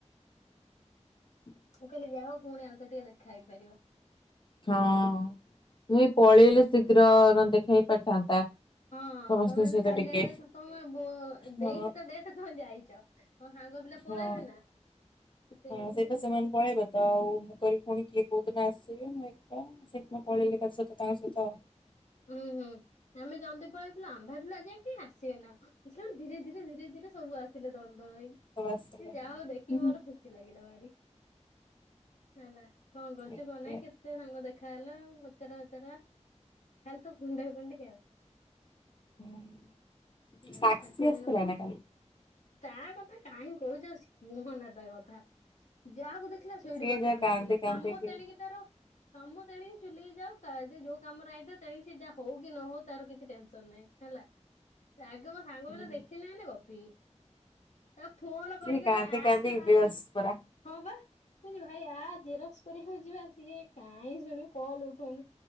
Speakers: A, on the left; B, on the left.
A: ହ
B: ମୁଁ କହିଲି ଯାହା ହୋଉ ଫୁଣି ଆଉ ଥରେ ଟିକେ ଦେଖା ହେଇପାରିବ।
A: ହଁ ମୁଇଁ ପଳେଇଲି ଶୀଘ୍ର ନ ଦେଖା ହେଇ ପାରିଥାନ୍ତା।
B: ହଁ
A: ସମସ୍ତଙ୍କ
B: ତମେ ଜଦୀ
A: ସହିତ
B: କାଲି
A: ଟିକେ
B: ଆଡେ ଆସିବ ତମେ ବୋ
A: ହଁ
B: ଦେଇଛି ତ ଡେଟ୍ ତମେ ଯାଇଛ। ତମ ସାଙ୍ଗ ପିଲା
A: ହଁ।
B: ପଳେଇବେନା? କେତେ
A: ହଁ ସେଇପା ସେମାନେ
B: ସେ
A: ପଳେଇବେ ତ ଆଉ ମୁଁ କହିଲି ଫୁଣି କିଏ କୋଉ ଦିନ ଆସିବେ, ମୁଁ ଏକା ସେ ଦିନ ପଳେଇଲେ ତା ସହିତ ତାଙ୍କ ସହିତ
B: ଉୁଁ ହୁଁ ଆମେ ଜଲ୍ଦି ପଳେଇଥିଲୁ, ଆମ୍ ଭାବିଲୁ ଆଜି ଆଉ କେହି ଆସିବେନି ନା କ ଦେଖିଲ ବେଳୁ ଧୀରେ, ଧୀରେ, ଧୀରେ, ଧୀରେ ସବୁ ଆସିଲେ ଦଳ ଦଳ ହେଇକି।
A: ସବୁ ଆସିଥିଲେ।
B: ଯାହା ହୋଉ ଦେଖିକି
A: ହୁଁ ହୁଁ
B: ମନ ଖୁସି ଲାଗିଲା ଭାରି, ହେଲା। କଣ କରୁଛ,
A: ଦେଖିଆ
B: କଣ ନାହିଁ କେତେ ସାଙ୍ଗ ଦେଖା ହେଲା ପଚରା ଉଚରା ଖାଲି ତ କୁଣ୍ଢା କୁଣ୍ଡି ଆଉ।
A: ହୁଁ
B: ହୁଁ
A: ସାକ୍ଷୀ
B: ଏତେ
A: ଆସିଥିଲା
B: ଦିନ
A: ନା କାଲି?
B: ତା କଥା କାହିଁ କହୁଛ, ସେ କୁହନା ତା କଥା। ଯାହାକୁ ଦେଖ ଖିଲା, ସେଇଠି
A: ସିଏ
B: ବାଟରେ
A: ଯା କାନ୍ଦି
B: ନାଖିଲା,
A: କାନ୍ଦିକି
B: କାମ ତେଣିକି ତାର କାମ ତେଣିକି ଚୁଲିକି ଯାଉ କା ସେ ଯୋଉ କାମରେ ଆଇଥିଲେ ତେଣିକି ସେ ଯାହା ହୋଉ କି ନ ହୋଉ, ତାର କିଛି ଟେନସନ୍ ନାହିଁ ହେଲା। ସେ ଆଗ ସାଙ୍ଗ
A: ହୁଁ
B: ପିଲା ଦେଖିଲେ ମନେ ଗପିବେ। ତାକୁ ଫୋନ୍
A: ସିଏ
B: କରି କରି
A: କାନ୍ଦି
B: ଆସେ
A: କାନ୍ଦିକି
B: ଭାଇଜି
A: ବେହୋସ ପରା।
B: ହଁବା। ମୁକୋଉଚି ଭାଇ ଆ ଜେରକ୍ସ୍ କରିବାକୁ ଯିବା ସିଏ କାଇଁ ଶୁଣିବ କଲ୍ ଉଠଉନି